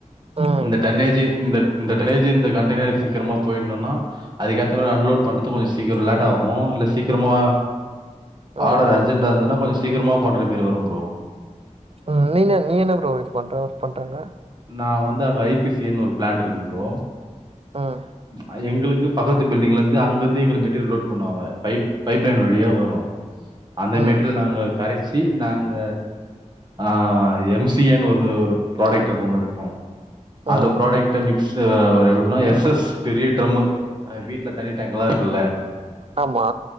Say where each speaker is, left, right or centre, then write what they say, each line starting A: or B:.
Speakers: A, on the right; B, on the right.
A: ம்
B: இந்த தன்னேஜி இந்த இந்த டிரனேஜ் இந்த கண்டெய்னர் சீக்கிரமா போயிடணுனா அதுக்கேத்த மாரி அன்லோட் பண்றது கொஞ்ச சீக்கிறோ லேட் ஆகு இல்ல சீக்கிரமா
A: ம்
B: ஆர்டர் அர்ஜென்டா இருந்ததுன்னா கொஞ்ச சீக்கிரமா பண்ற மாரி வரும் ப்ரோ
A: ம் நீ என்ன நீ என்ன ப்ரோ இது பண்ற ஒர்க் பண்ற அங்க
B: நா வந்து அங்க ஐ பி சின்னு ஒரு பிளான்ட் இருக்கும் ப்ரோ
A: ம்
B: அது எங்களுக்கு பக்கத்து பில்டிங்ல இருந்து அங்க இருந்து எங்களை மெட்டீரியல் லோட் பண்ணுவாங்க பைப் பைப் லைன் வழியா வரு அந்த
A: ம்
B: மெட்டரியல் நாங்க கரைச்சி நாங்க ஆ எம் சி ஏன்னு ஒன்னு ஒரு ப்ராடக்ட் ஒண்ணு இருக்கு
A: ம்
B: அந்த ப்ராடக்ட் மிக்ஸ் எப்படினா எஸ் எஸ் பெரிய ட்ரம் வீட்டுல தண்ணி டாங்கல்லா இருக்குல்ல
A: ஆமா